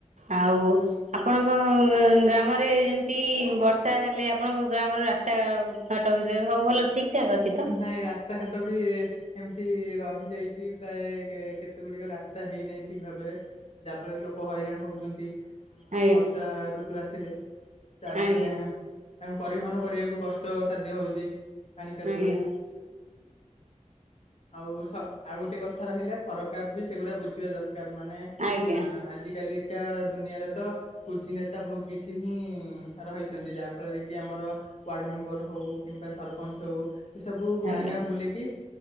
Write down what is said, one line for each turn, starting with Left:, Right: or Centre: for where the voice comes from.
Right: ଆଉ ଆପଣଙ୍କ ଗ୍ରାମରେମତି ଏତି ବର୍ଷା ହେଲେ ଆପଣଙ୍କ ଗ୍ରାମର ରାସ୍ତାଘାଟ ଭିତରେ ସବ ଭଲ ଠିକ ଠାକ୍ ଅଛି ତ?
Left: ନାଇଁ ରାସ୍ତାଘାଟ ବି ଏମିତି ରହିଯାଇଛି ପ୍ରାୟ କେତେ ଗୁଡିକ ରାସ୍ତା ହେଇନାଇଁ ଠିକ୍ ଭାବରେ ଯାହାଫଳରେ ଲୋକ ହଇରାଣ ହେଉଛନ୍ତି
Right: ଆଜ୍ଞା
Left: ବର୍ଷା ଋତୁ ଆସିଲେ ତା
Right: ଆଜ୍ଞା
Left: ମାନେ ତାଙ୍କୁ ପରିବହନ କରିଆକୁ କଷ୍ଟ ସାଧ୍ୟ ହଉଛି ପାଣି କେ ଜୋରେ
Right: ଆଜ୍ଞା
Left: ଆଉ ଆଉ ଗୋଟେ କଥା ରହିଲା ସରକାର ବି ସେଗୁରା ବୁଝିବା ଦର କାର ମାନେ
Right: ଆଜ୍ଞା ଆଜ୍ଞା
Left: ଆଜିକାଲିକା ଦୁନିଆରେ ତ କୁଜି ନେତା ବହୁତ କିଛି ହିଁ ରହିଛନ୍ତି ଯାହାଫଳରେ କି ଆମର ୱାର୍ଡ଼ ମେମ୍ବର ହେଉ କିମ୍ବା ସରପଞ୍ଚ ହଉ ଏସବୁ ସବୁ ଗାଁ
Right: ଆଜ୍ଞା
Left: ଗାଁ ବୁଲିକି